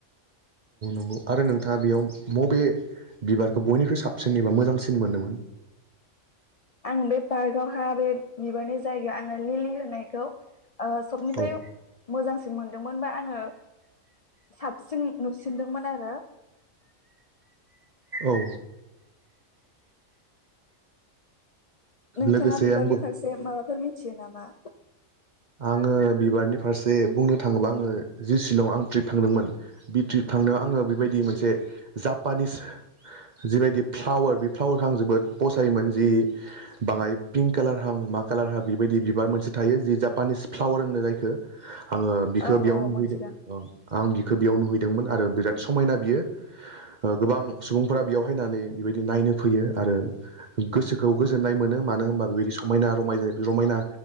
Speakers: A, on the right (about 45°); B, on the left (about 45°).
A: अ आरो नोंथाङा बेयाव बबे बिबारखौ बयनिख्रुइ साबसिन एबा मोजांसिन मोनो।
B: आं बे पार्कआवहा बे बिबारनि जायगायाव आङो लिलि होनायखौ ओ सबनिफ्राय
A: औ
B: मोजांसिन मोनदोंमोन बा आङो साबसिन नुसिनदोंमोन आरो
A: औ
B: नोंथाङा
A: लोगोसे
B: बिबारनि
A: आंबो
B: फारसे माबाफोर मि थियो नामा?
A: आङो बिबारनि फारसे बुंनो थाङोबा आङो जि शिलं आं ट्रिप थांदोंमोन बि ट्रिप थांनायाव आङो बेबायदि मोनसे जापानिस जिबायदि फ्लावार बे फ्लावारखौ आं जोबोद पसायोमोन जि बाङाय पिंक कालारहां मा कालारहां बेबायदि बिबार मोनसे थायो जि जा पानिस फ्लाावार होननाय जायखौ आङो बिखौ
B: औ
A: बेयाव
B: औ
A: नुहैदों
B: मोनथिदों
A: आं बि बेयाव नुहैदोंमोन आरो बिराद समायना बियो ओ गोबां सुबुंफोरा बेयावहायनानै बेबायदि नायनो फैयो आरो गोसोखौ गोजोननाय मोनो मानो होनबा बेबायदि समायना रमाय रमायना